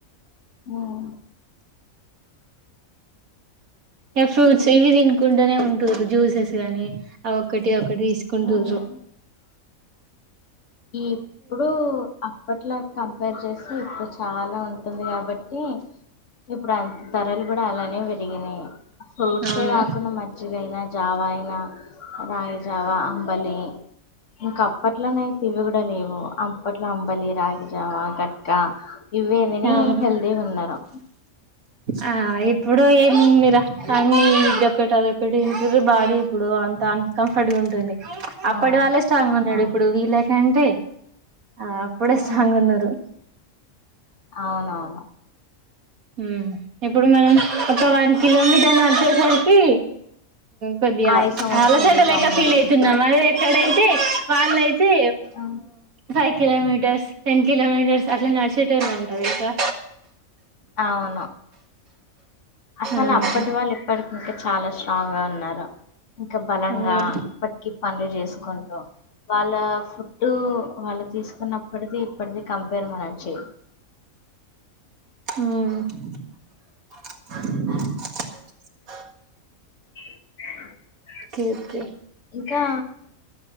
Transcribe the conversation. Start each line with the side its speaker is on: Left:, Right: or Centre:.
Left: ఉమ్,
Right: ఆ ఇ ఫ్రూట్స్ ఇవి తినుకుంటూనే ఉంటరు జ్యూసెస్ గానీ ఆ ఒక్కటి ఒక ఇక్కడ తీసుకొని
Left: ఉమ్.
Right: రోజు
Left: ఎప్పుడు అప్పట్లాకా కంపేర్ చేసి ఇప్పుడు చాలా ఉంటుంది కాబట్టి ఇప్పుడు ధరలు కూడా అల్ బలం విరిగిన ఫ్రూట్సే
Right: అవును
Left: కాకుండా మజ్జిగయినా జావా అయినా రాగి జావా అమ్ బలి ఇంకా అప్పట్లోనేయితే ఇవి కూడా లేవు అప్పట్లో అంబలి రాగిజావా కక్క ఇవే తిని
Right: అవును
Left: హెల్తీగా ఉన్నారు
Right: ఆ ఇప్పుడు ఏముందిరా అన్ని ఇదొకటి అదొకటి ఇరు బాడ ఇప్పుడు అం కంఫర్ట్గా ఉంటుంది అప్పటి
Left: ఆ
Right: వాళ్ళే స్ట్రాంగ్గా ఉన్నారు
Left: అవును
Right: ఇప్పుడు వీళ్ళకంటే ఆ అప్పుడే
Left: ఉమ్
Right: స్ట్రాంగ్ ఉన్నారు
Left: అవునవును
Right: ఉమ్ ఇప్పుడు మనం ఒక వన్ కిలోమీటర్లు నడిచేసరికి కొద్దిగా
Left: ఆయాసం వస్తుంది
Right: అలసటలేక
Left: దమ్ము
Right: ఫీల్
Left: వస్తుంది
Right: అవుతున్నాం అప్పుడైతే వలైతే
Left: um,
Right: five kilometres ten kilometres అట్లా నడిచేటోలంటా తెలుసా
Left: అవును అసలు
Right: ఆ
Left: అప్పటి వాళ్ళు ఇప్పటికింకా చాలా స్ట్రాంగ్ గా ఉన్నారు ఇంకా బలంగా
Right: అవును
Left: ఇప్పటిక పనులు చేసుకుంటూ వాళ్ళ ఫుడ్ వాళ్ళు తీసుకున్నప్పటిది ఇప్పటిది కంపేర్ మనంచె
Right: ఉమ్
Left: అ
Right: ఒకేఒకే
Left: ఇంకా